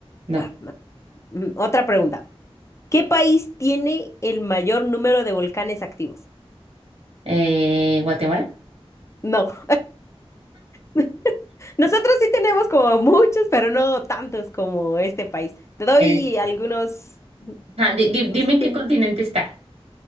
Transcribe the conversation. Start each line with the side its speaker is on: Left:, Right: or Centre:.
Right: No.
Left: Va, va. Mm, Otra pregunta. ¿Qué país tiene el mayor número de volcanes activos?
Right: Eh, ¿Guatemala?
Left: No. <laughs> Nosotros sí tenemos como muchos, pero no tantos como este país. Te doy
Right: Eh,
Left: algunos
Right: ajá, di- di-
Left: los
Right: dime en
Left: hints.
Right: qué continente está.